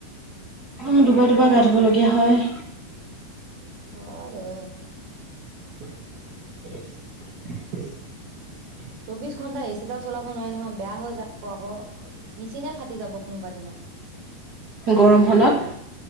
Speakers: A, on the right; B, on the right.
A: অ দুবাৰ -দুবাৰ গা ধুব লগীয়া হয়।
B: ঘ দে।
A: <inaudible>
B: চৌবিছ ঘণ্টা এছ চিডাল চলাব নোৱাৰি নহয় বেয়া হৈ যাব আকৌ মেচিনে ফাটি যাব কোনোবা দিনা।
A: গৰমখনত।